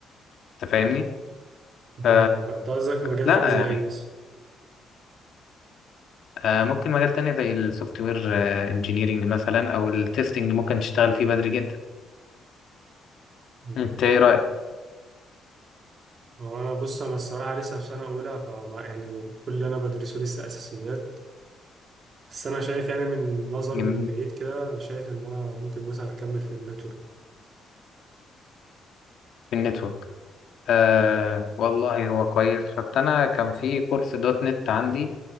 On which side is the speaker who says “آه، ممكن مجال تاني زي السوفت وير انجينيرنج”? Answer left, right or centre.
Left